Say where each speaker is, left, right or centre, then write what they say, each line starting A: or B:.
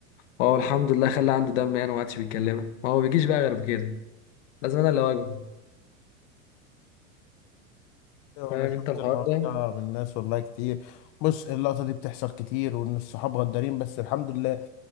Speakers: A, on the left; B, on the left.
A: وهو الحمد لله خلى عنده دم يعني وما عادش بيتكلمها ما هو بيجيش بقى غير بكده لازم انا اللي اواجهه
B: ايوه
A: فاهم
B: انا شفت
A: انت الحوار
B: الحوار
A: ده
B: ده من ناس والله كتير بص اللقطه دي بتحصل كتير وان الصحاب غدارين بس الحمد لله